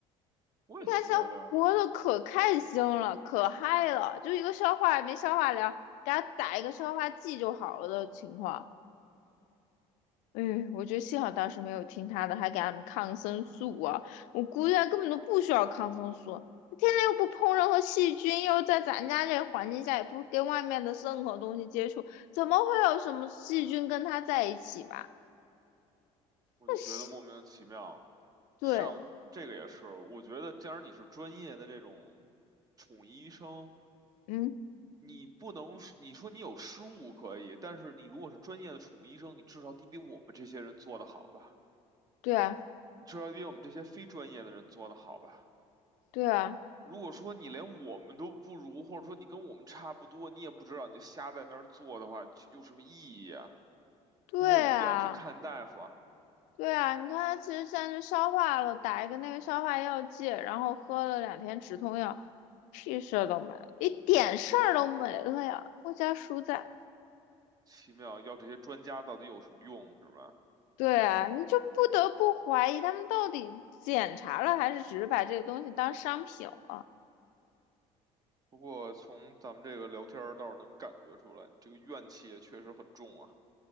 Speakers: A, on the right; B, on the left.
A: 我也觉得，
B: 你看现在活的可开心了，可嗨了，就一个消化也没消化了，给它打一个消化剂就好了的情况。嗯，我觉得幸好当时没有听他的，还给他们抗生素啊！我估计他根本都不需要抗生素，他天天又不碰任何细菌，又在咱家这个环境下也不跟外面的任何东西接触，怎么会有什么细菌跟他在一起嘛？
A: 我就觉得莫名其妙。
B: 那是对，
A: 上这个也是，我觉得既然你是专业的这种宠医生。
B: 嗯，
A: 你不能你说你有失误可以，但是你如果是专业的宠物医生，你至少得比我们这些人做得好吧？
B: 对啊，
A: 你至少得比我们这些非专业的人做得好吧？
B: 对啊，
A: 如果说你连我们都不如，或者说你跟我们差不多，你也不知道，你就瞎在那儿做的话，就有什么意义啊？
B: 对啊，
A: 那还有什么必要去看大夫啊？
B: 对啊！你看他其实现在就消化了，打一个那个消化药剂，然后喝了两天止痛药，屁事儿都没了，一点事儿都没了呀！
A: 嗯
B: 我家叔在。
A: 奇妙，要这些专家到底有什么用，是吧？
B: 对啊，你就不得不怀疑他们到底检查了，还是只是把这个东西当商品了？
A: 不过从咱们这个聊天儿倒是能感觉出来，你这个怨气也确实很重啊。